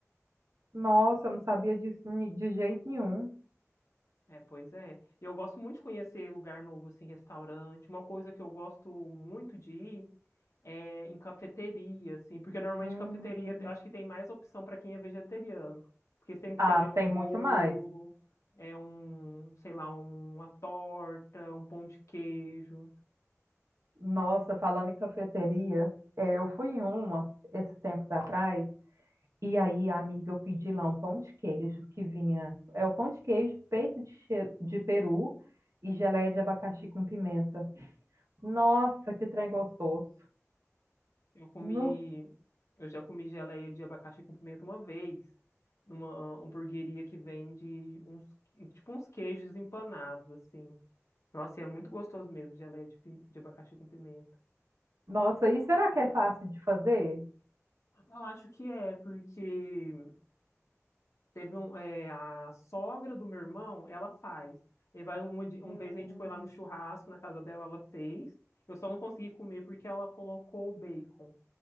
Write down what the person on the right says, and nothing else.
Nossa, eu não sabia disso ni- de jeito nenhum.
Hum.
Ah,
tem muito
mais.
Nossa, falando em cafeteria, é, eu fui em uma esses tempos atrás, e aí, amiga, eu pedi lá um pão de queijo que vinha. É o pão de queijo, peito de, che- de peru e geleia de abacaxi com pimenta. Nossa, que trem gostoso.
Nu
Nossa, e será que é fácil de fazer?
Hum,